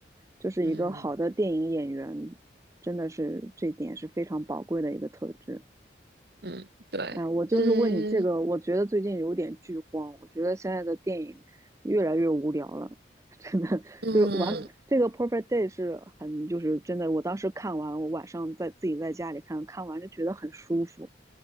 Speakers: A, on the right (about 15°); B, on the right (about 60°).
A: 就是一个好的电影演员，
B: 嗯
A: 真的是这一点是非常宝贵的一个特质。
B: 嗯，对，
A: 哎，我就是问你这个，
B: 嗯
A: 我觉得最近有点剧荒，我觉得现在的电影越来越无聊了，<laughs> 真的就是完这个《Perfect
B: 嗯，
A: Day》是很就是真的，我当时看完，我晚上在自己在家里看，看完就觉得很舒服，